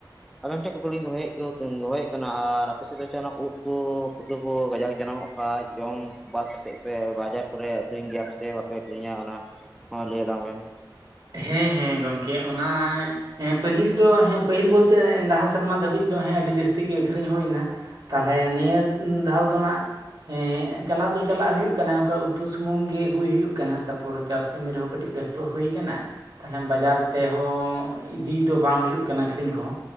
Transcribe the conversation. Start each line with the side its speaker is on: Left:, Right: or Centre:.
Centre: ᱟᱵᱮᱱ ᱴᱷᱮᱱ ᱠᱩᱠᱞᱤᱧ ᱫᱚᱦᱚᱭᱮᱫ ᱠᱚ ᱫᱚᱦᱚᱭᱮᱫ ᱠᱟᱱᱟ᱾ ᱟᱨ ᱟᱯᱮ ᱥᱮᱫ ᱫᱚ ᱥᱮᱱᱟᱜ ᱩᱫᱽ ᱠᱚ ᱯᱩᱴᱠᱟᱹ ᱠᱚ ᱠᱟᱡᱟᱠ ᱡᱟᱱᱟᱢᱚᱜ ᱠᱷᱟᱡ ᱡᱚᱢ ᱵᱟᱫ ᱠᱟᱛᱮᱫ ᱯᱮ ᱵᱟᱡᱟᱨ ᱠᱚᱨᱮ ᱟᱹᱠᱷᱨᱤᱧ ᱜᱮᱭᱟ ᱯᱮ ᱥᱮ ᱵᱟᱯᱮ ᱟᱹᱠᱷᱨᱤᱧᱟ ᱚᱱᱟ ᱦᱚᱸ ᱞᱟᱹᱭ ᱟᱞᱟᱝ ᱵᱮᱱ?
Right: ᱦᱮᱸᱻᱦᱮᱸ ᱜᱚᱢᱠᱮ ᱚᱱᱟ ᱦᱮᱸ ᱯᱟᱹᱦᱤᱞ ᱫᱚ ᱦᱮᱸ ᱯᱟᱹᱦᱤᱞ ᱵᱚᱞᱛᱮ ᱞᱟᱦᱟ ᱥᱮᱨᱢᱟ ᱫᱷᱟᱹᱵᱤᱡ ᱫᱚ ᱟᱹᱰᱤ ᱡᱟᱹᱥᱛᱤ ᱜᱮ ᱟᱹᱷᱨᱤᱧ ᱦᱩᱭᱱᱟ᱾ ᱛᱟᱦᱚᱞᱮ ᱱᱤᱭᱟᱹ ᱫᱷᱟᱣ ᱫᱚᱱᱟᱜ ᱪᱟᱞᱟᱣ ᱫᱚ ᱪᱟᱞᱟᱜ ᱦᱩᱭᱩᱜ ᱠᱟᱱᱟ ᱱᱚᱝᱠᱟ ᱩᱛᱩ ᱥᱩᱢᱩᱝ ᱜᱮ ᱟᱹᱜᱩᱭ ᱦᱩᱭᱩᱜ ᱠᱟᱱᱟ᱾ ᱛᱟᱨᱯᱚᱨ ᱪᱟᱥ ᱠᱟᱹᱢᱤ ᱨᱮᱦᱚᱸ ᱠᱟᱹᱴᱤᱡ ᱵᱮᱥᱛᱚ ᱦᱩᱭ ᱠᱟᱱᱟ᱾ ᱛᱟᱦᱚᱞᱮ ᱵᱟᱡᱟᱨ ᱛᱮᱦᱚᱸ ᱤᱫᱤ ᱫᱚ ᱵᱟᱝ ᱦᱩᱭᱩᱜ ᱠᱟᱱᱟ ᱟᱹᱠᱷᱨᱤᱧ ᱠᱚᱦᱚᱸ,